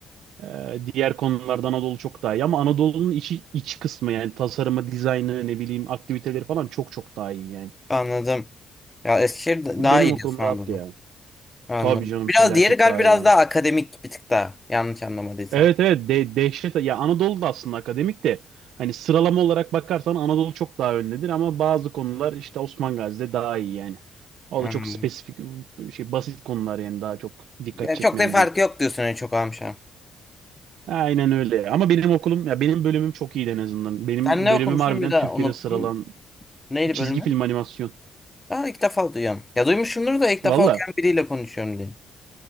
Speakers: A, on the right; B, on the left.
A: E, diğer konularda Anadolu çok daha iyi ama Anadolu'nun içi iç kısmı yani tasarımı, dizaynı, ne bileyim aktiviteleri falan çok çok daha iyi yani.
B: Anladım. Ya Eskişehir da-
A: Benim
B: daha iyi
A: okulum
B: diyorsun
A: rahattı
B: Anadolu.
A: ya.
B: Anladım.
A: Tabii canım
B: Biraz
A: felaket
B: diğeri galiba
A: daha
B: biraz
A: iyi yani.
B: daha akademik bir tık daha. Yanlış anlamadıysam.
A: Evet evet de dehşet ya Anadolu da aslında akademik de hani sıralama olarak bakarsan Anadolu çok daha öndedir ama bazı konular işte Osman Gazi'de daha iyi yani. O
B: Hmm.
A: da çok spesifik şey basit konular yani daha çok dikkat
B: Yani
A: çekmeyen
B: çok da farkı
A: diyeyim.
B: yok diyorsun en çok almışım.
A: Aynen öyle. Ama benim okulum ya benim bölümüm çok iyiydi en azından. Benim
B: Sen ne
A: bölümüm
B: okumuştun
A: harbiden
B: bir daha
A: Türkiye'de
B: unuttum.
A: sıralan
B: Neydi
A: çizgi
B: bölümü?
A: film animasyon.
B: Aa, ilk defa duyuyorum. Ya duymuşumdur da ilk
A: Valla.
B: defa okuyan biriyle konuşuyorum diyeyim.